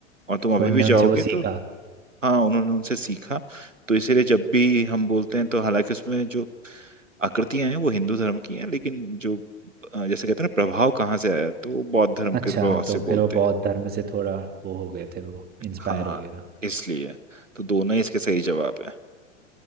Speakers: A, on the right (about 85°); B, on the right (about 25°).
A: और तुम अभी
B: तो उनने
A: भी जाओगे
B: उनसे वो
A: तो
B: सीखा
A: हाँ उन्होंने उनसे सीखा तो इसीलिए जब भी हम बोलते हैं तो हालांकि उसमें जो आकृतियां हैं वो हिंदू धर्म की हैं लेकिन जो अ, जैसे कहते हैं ना प्रभाव कहाँ से आया तो वो बौद्ध धर्म
B: अच्छा
A: के प्रभाव
B: तो
A: से बोलते
B: फिर वो बौद्ध
A: हैं
B: धर्म से थोड़ा वो हो गए थे वो इंस्पायर
A: हाँ
B: वगैरह
A: इसलिए तो दोनों ही इसके सही जवाब है